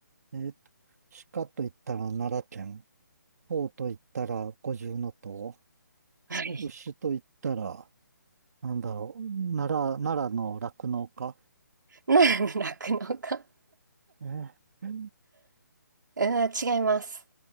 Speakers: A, on the right; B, on the right.
A: えっと、鹿と言ったら奈良県。唐と言ったら五重の塔、
B: はい。
A: 牛と言ったら、なんだろう、奈良、奈良の酪農家。
B: な酪農家
A: えーえ
B: うん、違います。